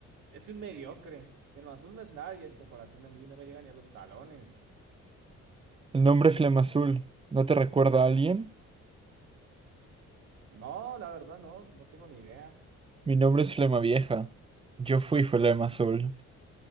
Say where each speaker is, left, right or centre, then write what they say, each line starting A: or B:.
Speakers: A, on the right; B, on the right.
A: es un mediocre. Flemazul no es nadie en comparación a mí, no me llega ni a los talones.
B: El nombre Flema Azul, ¿no te recuerda a alguien?
A: No, la verdad no, no tengo ni idea.
B: Mi nombre es Flema Vieja. Yo fui Flema Azul,